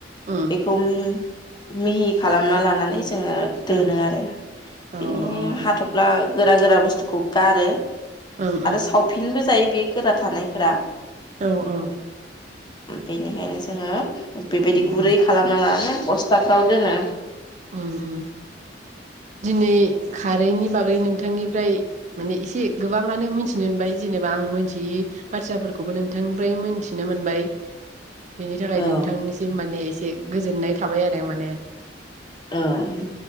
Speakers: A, on the right; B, on the left.
A: ओम
B: बेखौ मि मिहि खालामना लानानै जो जोङो दोनो
A: ओं
B: आरो
A: औ
B: बिनि
A: ओं ओं
B: हाथ'फ्ला गोरा गोरा बुस्थुखौ गारो।
A: ओं
B: आरो सावफिनबो जायो बे गोरा थानायफोरा।
A: औ औ।
B: बेनिखायनो जोङो बेबायदि
A: ओम
B: गुरै खालामना लानानै बस्थाफ्राव दोनो।
A: उम उम। दिनै खारैनि बागै नोंथांनिफ्राय माने एसे गोबाङानो मिथिनो मोनबाय जेनेबा आं मोनथियै बाथ्राफोरखौबो नोंथांनिफ्राय मोनथिनो मोनबाय। बेनि थाखाय
B: औ
A: नोंथांनिसिम माने एस ए गोजोन्नाय थाबाय आरो माने।
B: ओं।